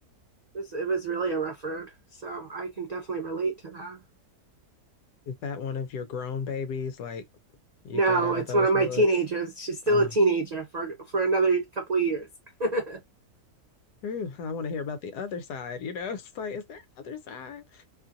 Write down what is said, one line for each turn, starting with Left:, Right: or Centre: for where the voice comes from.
Right: It was it was really a rough road. So I can definitely relate to that.
Left: Is that one of your grown babies? Like you
Right: No,
Left: got out
Right: it's
Left: of those
Right: one of
Left: woods?
Right: my teenagers. She's still
Left: Oh,
Right: a teenager for for another couple of years. <laughs>
Left: ooh, I want to hear about the other side, you know? <laughs> It's like, is there another side?